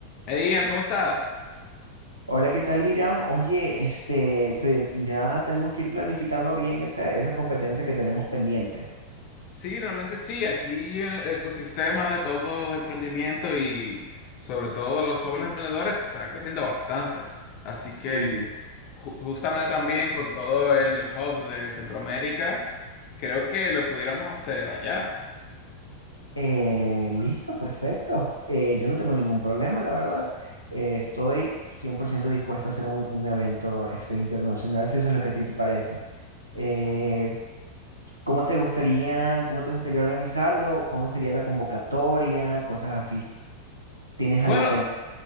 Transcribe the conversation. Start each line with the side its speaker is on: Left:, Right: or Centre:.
Left: Hey Ian, ¿cómo estás?
Right: Hola, ¿qué tal, Hiram? Oye, este, se- ya tenemos que ir planificando bien esa, esa competencia que tenemos pendiente.
Left: Sí, realmente sí, aquí eh, el ecosistema de todo el emprendimiento y sobre todo de los jóvenes emprendedores está creciendo bastante. Así
Right: Sí.
Left: que ju- justamente también con todo el hub de Centroamérica, creo que lo pudiéramos hacer allá.
Right: Eh, listo, perfecto. Eh, yo no tengo ningún problema, la verdad. Eh, estoy 100% dispuesto a hacer un, un evento este, internacional, si eso es lo que a ti te parece. Eh, ¿cómo te gustaría, cómo te gustaría organizarlo? ¿Cómo sería la convocatoria? Cosas así. ¿Tienes
Left: Bueno,
Right: algo pensado